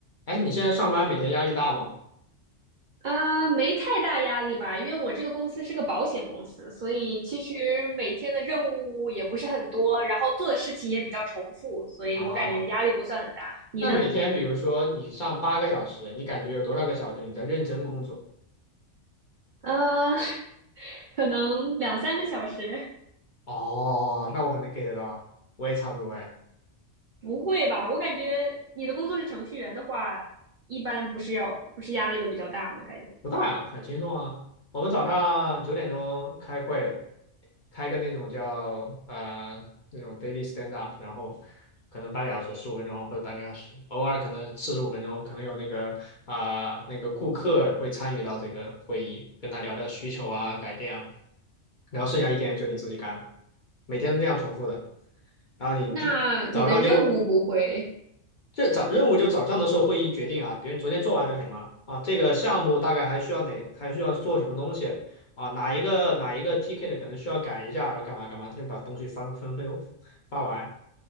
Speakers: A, on the left; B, on the right.
A: 哎，你现在上班每天压力大吗？
B: 呃，没太大压力吧，因为我这个公司是个保险公司，所以其实每天的任务也不是很多，然后做的事情也比较重复，所以我感觉压力不算很大。
A: 啊，
B: 你呢？
A: 那每天比如说你上八个小时，你感觉有多少个小时你在认真工作？
B: 呃，<laughs> 可能两三个小时，
A: 哦，那我可能 get 到，我也差不多哎。
B: 不会吧？我感觉你的工作是程序员的话，一般不是要，不是压力都比较大吗？感觉？
A: 不大呀，很轻松啊。我们早上九点钟开会，开个那种叫呃那种 daily stand up，然后可能半个小时、十五分钟或者半个小时，偶尔可能四十五分钟，可能有那个啊、那个顾客会参与到这个会议，跟他聊聊需求啊、改变啊，然后剩下一天就你自己干了，每天都这样重复的。然后你第早上就会
B: 那你的任务不会，
A: 这早任务就早上的时候会议决定啊，比如你昨天做完了什么啊，这个项目大概还需要哪，还需要做什么东西啊，哪一个哪一个 TK 的可能需要改一下，然后干嘛干嘛，他就把东西发分分发完，